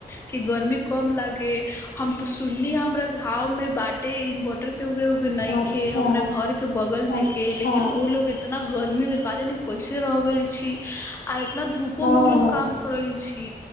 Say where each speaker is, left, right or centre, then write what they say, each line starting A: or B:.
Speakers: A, on the left; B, on the left.
A: कि गर्मी कम लागय हम तऽ सुन्नी हमरा घाव वो में बाँटे इन इन्वर्टर केहु कहु के नखे
B: अच्छा
A: हमरा घर के बगल में
B: अच्छा
A: के लेकिन ओ लोग इतना गर्मी मे का जाने कैसे रहगेल छी आ इतना धूपो
B: हँ
A: में उ लोग काम करै छी